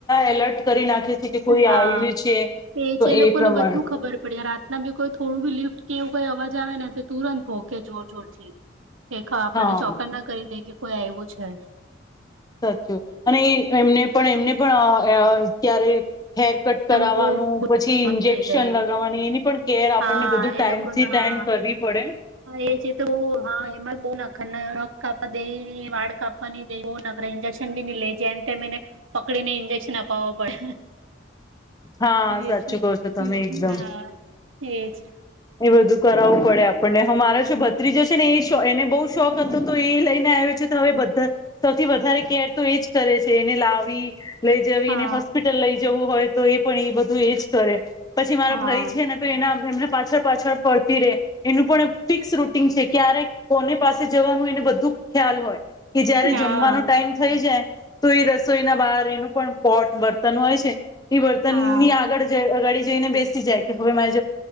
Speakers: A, on the left; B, on the right.
A: એલર્ટ કરી નાખે છે કે કોઈ
B: હા
A: આવ્યું છે
B: એ
A: તો
B: જે લોકોને
A: પ્રમાણે
B: બધું ખબર પડે રાતના બી કોઈ થોડું બી લિફ્ટ કે એવું કઈ અવાજ જ આવે ને તુરંત ભોકે જોર જોર થી. એેખા આપણને
A: હા
B: ચોકન્ના કરી દે કે કોઈ આયવું છે.
A: સાચું અને એ એમને પણ એમને પણ અ ક્યારે હેર કટ કરાવવાનું
B: એમ બહુ ખુશ
A: પછી ઇન્જેક્શન
B: થઈ જાય
A: લગાવવાની એની પણ કેર આપણને
B: હા
A: બધું ટાઈમથી
B: એ લોકો ન હા
A: ટાઈમ કરવી પડે
B: એ છેએ જે તો હા એમાં બહુ ન એને નખ કાપવા દેય, વાળ કાપવા ની દે બો નખરા ઇન્જેક્શન બી ન લે જેમ તેમ એને પકડી ને ઈંજેક્શન અપાવો પડે.
A: હા સાચું
B: એ છે
A: કહો છો તમે એકદમ.
B: હા એજ
A: એ બધું કરાવવું પડે આપણને. અમારો જે ભ બીજો છે ને એ એને બહુ શોખ હતો તો એ લઈને આવ્યો છે. તો હવે બધા સૌથી વધારે કેર તો એ જ કરે છે એને લાવી, લઈ જવી
B: હા
A: એને હોસ્પિટલ લઈ જવું હોય. તો એ પણ એ બધું એ જ કરે પછી મારો
B: હા
A: ભાઈ છે ને તો એના એમને પાછળ પાછળ પડતી રે એનું પણ ફિક્સ રૂટીન છે. ક્યારે કોની પાસે જવાનું એને બધું ખ્યાલ હોય. કે જયારે
B: હા
A: જમવાનો ટાઈમ થઈ જાય તો એ રસોઈના બહાર એનું પણ પોટ બત તન હોય છે. એ બર્તન
B: હા
A: ની આગળ જે અગાડી જોઈને બેસી જાય કે હવે મારી